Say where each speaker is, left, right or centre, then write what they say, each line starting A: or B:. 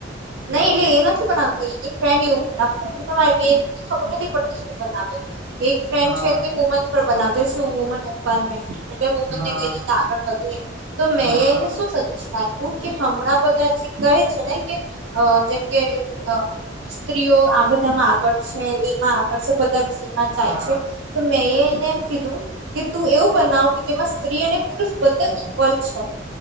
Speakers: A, on the right; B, on the right.
A: નહી
B: જે ટોપિક
A: એટલે એ નથી બનાવતી એની ફેન એ ઉગણી ના બ નથી બનાવે એને ખબર નથી પડતી શું બનાવે. એક ફ્રેન્ડ
B: હા
A: છે કે વુમન પર બનાવ દે છે વુમન એમ્પાવરમેન્ટ એટલે
B: હા
A: કઈ રીતે આગળ વધે તો મેં
B: હા
A: એને શ સજેશન આપ્યું કે હમણાં બધા કહે જેમ કે આ બધામાં આગળ છે એમાં આગળ છે બધા વિષયમાં ચાય
B: હા
A: છે તો મે એ એમ કીધું કે તું એવું બનાવ કે જેમાં સ્ત્રી અને પુરુષ બંને ઈક્વલ છે